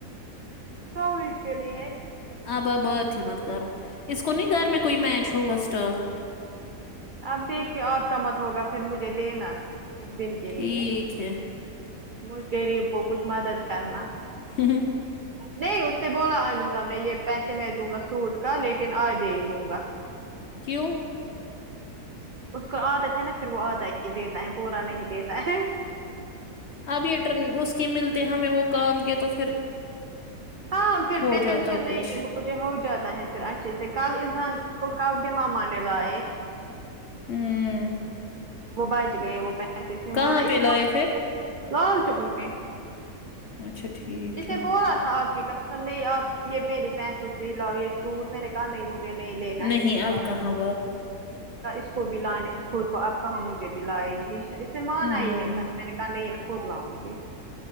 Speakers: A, on the right; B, on the left.
A: کوئی کے لیے ہے
B: آب آپ بات ہی مت کرو اس کو نہ گھر میں کوئی میچ ہوگا اسٹال
A: اب دیکھے آپ کا مت ہوگا پھر مجھے دینا اس دن کے
B: ٹھیک
A: لیے
B: ہے
A: مجھ غریب کو کچھ مدد کرنا
B: ہوں ہوں ہوں
A: نہیں اس نے بولا عامر صاحب نے یہ پیسے میں دوں گا سوٹ کا لیکن آ دھے ہی دوں گا
B: کیوں
A: اس کو عادت ہے نا پھر وہ آدھا ہی دیتا ہے پورا نہیں دیتا ہے
B: اب یہ ٹرن اس کے ملتے ہمیں وہ کام کے تو پھر
A: ہاں پھر
B: ہو
A: ٹینشن
B: جاتا
A: نہیں
B: کچھ
A: تھی مو مجھے ہو جاتا ہے پھر اچھے سے کل ایزہان کو کپڑے مما نے لائے
B: ہوں
A: وہ بچ گئے وہ پیسے اسے
B: کہاں
A: منا اسے
B: پہ لائے
A: ب
B: پھر
A: لال چوک میں
B: اچھا ٹھیک
A: اسنے
B: ہے
A: بولا تھا آپ کی قسم نہیں آپ یہ میری پیسوں سے لاے سوٹ میں نے کہا نہیں ٹینشن نہیں لینا
B: نہیں
A: ہے اس
B: اب
A: بار
B: کہاں
A: اس کو بھی لانے ہیں خود کو اب کہاں مجھے بھی دلائے گی اس نے مانا
B: ہوں
A: ہی نہیں تھا میں نے کہا نہیں خود لاؤں گی